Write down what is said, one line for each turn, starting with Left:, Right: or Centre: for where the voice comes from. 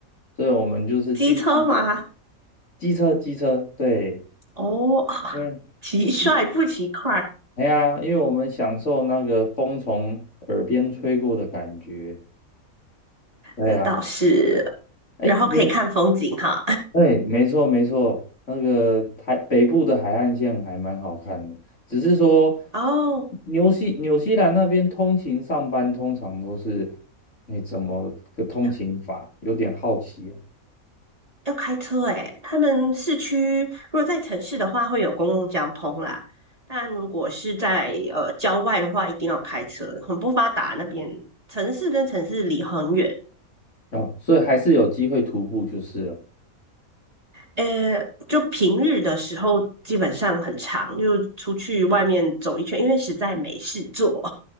Left: 所以我们就是尽量
Right: 机车吗？
Left: 机车机车，对，
Right: 哦，<laughs>
Left: 嗯，
Right: 骑帅不骑快，
Left: 为机哎呀，因为我们享受那个风从耳边吹过的感觉，对呀。
Right: 这倒是。
Left: 哎，
Right: 然后可以看风景哈。
Left: 有。哎，没错没错，那个海北部的海岸线还蛮好看的，只是说
Right: <laughs> 哦，
Left: 纽西纽西兰那边通勤上班通常都是，你怎么个通勤法？
Right: 要
Left: 有点好奇啊，
Right: 要开车诶，他们市区如果在城市的话，会有公共交通啦。但如果是在呃郊外的话，一定要开车，很不发达那边，城市跟城市离很远。
Left: 哦，所以还是有机会徒步就是了
Right: 嗯呃，就平日的时候基本上很长，就出去外面走一圈，因为实在没事做，